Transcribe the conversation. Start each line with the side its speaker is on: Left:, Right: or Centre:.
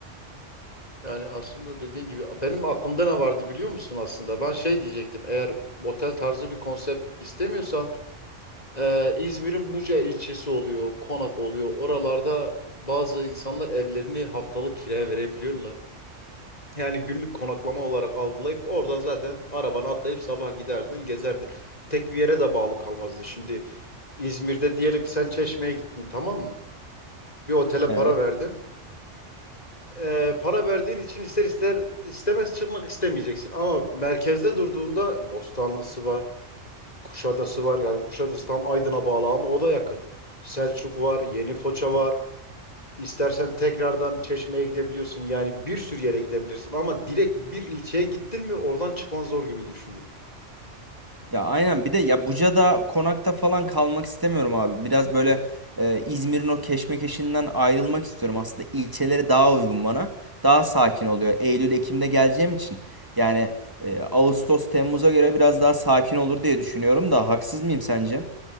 Left: Yani aslında dediğin gibi benim aklımda ne vardı biliyor musun aslında? Ben şey diyecektim eğer otel tarzı bir konsept istemiyorsan e, İzmir'in Buca ilçesi oluyor, Konak oluyor. Oralarda bazı insanlar evlerini haftalık kiraya verebiliyorlar. Yani günlük konaklama olarak algılayıp oradan zaten arabana atlayıp sabah giderdin, gezerdin. Tek bir yere de bağlı kalmazdın. Şimdi İzmir'de diyelim ki sen Çeşme'ye gittin tamam mı? bir otele
Right: Evet.
Left: para verdin. Ee, para verdiğin için ister ister istemez çıkmak istemeyeceksin. Ama merkezde durduğunda Bostanlısı var, Kuşadası var. Yani Kuşadası tam Aydın'a bağlı ama o da yakın. Selçuk var, Yeni Foça var. İstersen tekrardan Çeşme'ye gidebiliyorsun. Yani bir sürü yere gidebilirsin. Ama direkt bir ilçeye gittin mi oradan çıkman zor gibi düşünüyorum.
Right: Ya aynen bir de ya Buca'da konakta falan kalmak istemiyorum abi. Biraz böyle e, İzmir'in o keşmekeşinden ayrılmak istiyorum. Aslında ilçeleri daha uygun bana. Daha sakin oluyor. Eylül, Ekim'de geleceğim için. Yani e, Ağustos, Temmuz'a göre biraz daha sakin olur diye düşünüyorum da haksız mıyım sence?